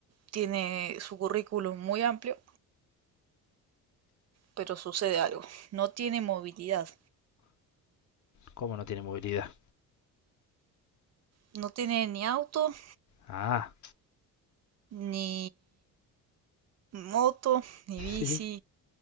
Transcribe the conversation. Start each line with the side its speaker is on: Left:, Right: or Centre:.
Right: tiene su currículum muy amplio, pero sucede algo, no tiene movilidad,
Left: ¿Cómo no tiene movilidad?
Right: no tiene ni auto,
Left: Ah,
Right: ni moto, ni bici,
Left: sí.